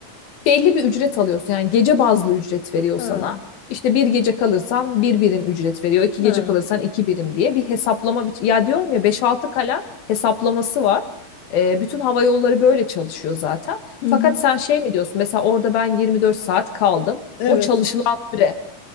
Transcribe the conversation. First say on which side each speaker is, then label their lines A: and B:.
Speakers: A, on the left (about 80°); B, on the left (about 70°).
A: belli bir ücret alıyorsun. Yani gece bazlı ücret veriyor
B: Ha.
A: sana. İşte bir gece kalırsan bir birim ücret veriyor. iki
B: Ha.
A: gece kalırsan iki birim diye bir hesaplama. biç- Ya diyorum ya beş altı kalem hesaplaması var. Ee, bütün hava yolları böyle çalışıyor zaten.
B: Hı
A: Fakat
B: hı.
A: sen şey mi diyorsun? Mesela orada ben 24 saat kaldım.
B: Evet.
A: O çalışılan süre.